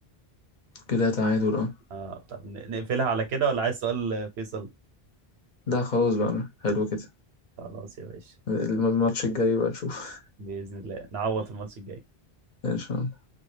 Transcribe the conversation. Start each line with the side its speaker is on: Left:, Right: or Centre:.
Left: كده تعادل اه
Right: اه طب ن- نقفلها على كده ولا عايز سؤال آه، فيصل
Left: لا خلاص بقى حلو كده
Right: خلاص يا باشا
Left: الم- الماتش الجاي بقى نشوف <laughs>
Right: بإذن الله نعوض في الماتش الجاي
Left: ان شاء الله